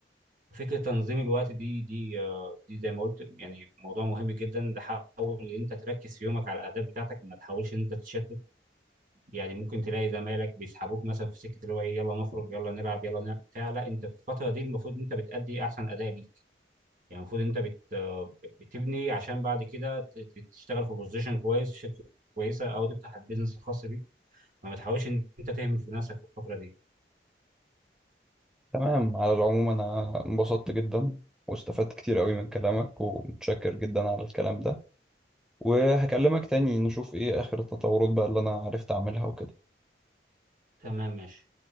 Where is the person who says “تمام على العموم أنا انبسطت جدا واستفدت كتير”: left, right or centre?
Centre